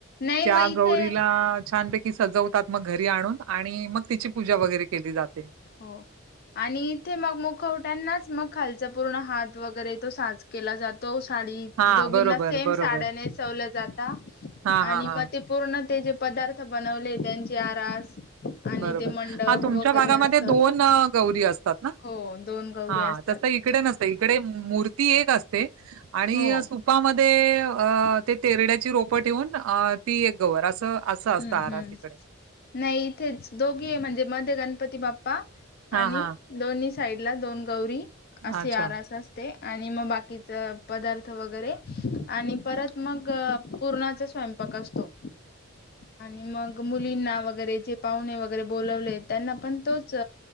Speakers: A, on the left; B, on the right.
A: नाही
B: त्या
A: मग इथे
B: गौरीला छानपैकी- सजवतात मग घरी आणून आणि मग तिची पूजा वगैरे केली जाते.
A: हो आणि इथे मग मुखवट्यांनाच मग खालचा पूर्ण हात वगैरे तो साच- केला जातो, साडी
B: हां
A: दोघींना
B: बरोबर,
A: सेम
B: बरोबर.
A: साड्या नेसवल्या जाता
B: हां, हां,
A: आणि
B: हां.
A: मग ते- पूर्ण ते जे पदार्थ बनवले त्यांची आरास- आणि
B: बरोबर,
A: ते मंडप
B: हा तुमच्या
A: वगैरे
B: भागामध्ये
A: असं
B: दोन गौरी असतात ना,
A: हो दोन गौरी
B: हा
A: असतात
B: तस- इकडे नसते, इकडे मूर्ती एक असते आणि
A: हो
B: सुपामध्ये अ- ते तेरड्याची रोपं ठेवून ती एक गवर असं- असं असतं
A: हम्म,
B: आरास
A: हम्म,
B: इकडे.
A: नाही, इथेच दोघी हे म्हणजे मध्ये गणपती बाप्पा-
B: हां,
A: आणि
B: हां.
A: दोन्ही साईडला दोन गौरी असे
B: अच्छा.
A: आरा अस- ते आणि मग बाकीच पदार्थ वगैरे आणि परत मग पूर्णाच स्वयं- पाक असतो. आणि मग मुलींना वगैरे जे पाहुणे वगैरे बोलवले, त्यांना पण तोच-